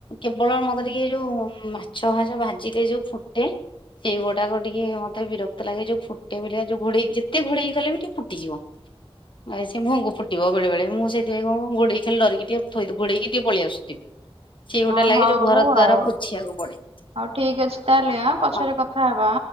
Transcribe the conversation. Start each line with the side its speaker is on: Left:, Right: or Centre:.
Left: କେବଳ ମତେ ଟିକ ଯୋଉ ମାଛ ଭା ଭାଜିଲେ ଯୋଉ ଫୁଟେ। ସେଇ ଗୋଡାକ ଟିକେ ମତେ ବିରକ୍ତ ଲାଗେ ଯୋଉ ଫୁଟେ ଭଳିଆ ଯୋଉ ଘୋଡେଇକି ଯେତେ ଘୋଡେଇକି କଲେ ବି ଟିକେ ଫୁଟିଯିବ। ଆ ସେ ମୁହଁ କୁ ଫୁଟିବ ବେଳେ ମୁଁ ସେଥିାଇଁ କଣ ଗୋଡେଇକି ଖାଲି ଡିରିକି ଟିକେ ଥୋଇ ଗୋଡେଇ କି ଟିକେ ପଳେଇ ଆସୁଥି। ସେ ଏ ଗୋଟେ
Right: ଅ
Left: ଲାଗେ
Right: ହଉ
Left: ଯୋଉ ଘର ଦ୍ଵାରା
Right: ଆଉ
Left: ପୋଛିବାକୁ ପଡେ।
Right: ହଉ ଠିକ ଅଛି ତାହେଲେ ଆଁ ପଛରେ
Left: ହଁ
Right: କଥା ହବା।